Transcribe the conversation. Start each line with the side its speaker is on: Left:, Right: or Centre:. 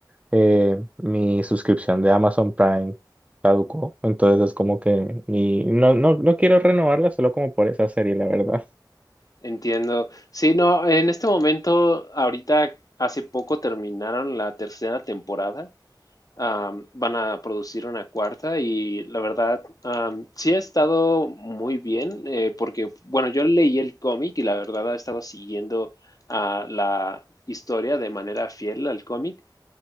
Right: eh, mi suscripción de Amazon Prime caducó, entonces es como que ni, no, no, no quiero renovarla solo como por esa serie, la verdad.
Left: Entiendo. Sí, no, en este momento, ahorita hace poco terminaron la tercera temporada. Am, van a producir una cuarta y la verdad, am, sí ha estado muy bien eh, porque, bueno, yo leí el cómic y la verdad he estado siguiendo ah, la historia de manera fiel al cómic.